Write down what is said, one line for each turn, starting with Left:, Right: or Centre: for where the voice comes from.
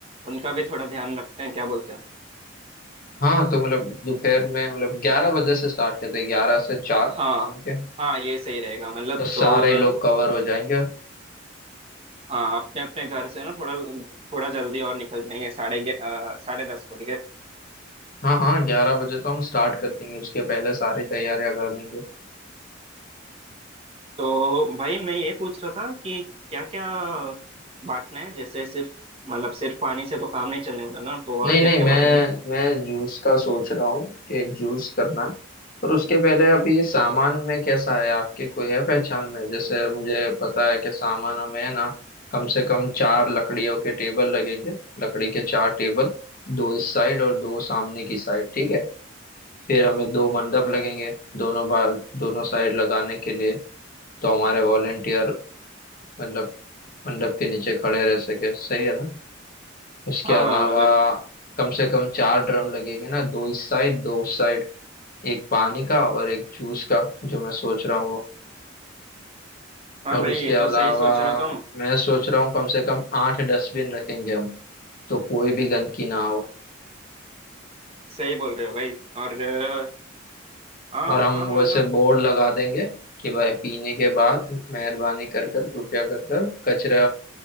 Right: उनका भी थोड़ा ध्यान रखते हैं क्या बोलते हैं
Left: हाँ तो मतलब दोपहर में मतलब ग्यारह बजे से स्टार्ट करते हैं ग्यारह से चार
Right: हाँ
Left: शाम के
Right: हाँ ये सही रहेगा मतलब
Left: तो सारे
Right: तो
Left: लोग कवर हो जाएंगे
Right: हाँ अपने अपने घर से ना थोड़ा थोड़ा जल्दी और निकल जाएंगे साढ़े ग्या- अ, साढ़े दस को ठीक है
Left: हाँ हाँ ग्यारह बजे तो हम स्टार्ट कर देंगे उसके पहले सारी तैयारियां कर लेंगे
Right: तो भाई मैं ये पूछ रहा था कि क्या क्या बांटना है जैसे सिर्फ मतलब सिर्फ पानी से तो काम नहीं चलने वाला ना तो और
Left: नहीं
Right: क्या
Left: नहीं
Right: क्या
Left: मैं
Right: बांटेंगे
Left: मैं जूस का सोच रहा हूँ कि एक जूस करना है। पर उसके पहले अभी ये सामान में कैसा है आपके कोई है पहचान में जैसे मुझे पता है कि सामान हमें है ना कम से कम चार लकड़ियों के टेबल लगेंगे लकड़ी के चार टेबल दो इस साइड और दो सामने की साइड ठीक है फिर हमें दो मंडप लगेंगे दोनों बार दोनों साइड लगाने के लिए तो हमारे वॉलेंटियर मतलब मंडप के नीचे खड़े रह सके सही है ना उसके
Right: हाँ
Left: अलावा
Right: हाँ मतलब
Left: कम से कम चार ड्रम लगेंगे ना दो इस साइड दो उस साइड एक पानी का और एक जूस का जो मैं सोच रहा हूँ वो
Right: हाँ
Left: और
Right: भाई
Left: उसके
Right: ये
Left: अलावा
Right: तो सही सोच रहे हो तुम
Left: मैं सोच रहा हूँ कम से कम आठ डस्टबिन रखेंगे हम तो कोई भी गंदगी ना हो
Right: सही बोल रहे हो भाई और अ, हाँ
Left: और हम
Right: हाँ मतलब
Left: वैसे बोर्ड लगा देंगे कि भाई पीने के बाद मेहरबानी कर कर कृपया कर कर कचरे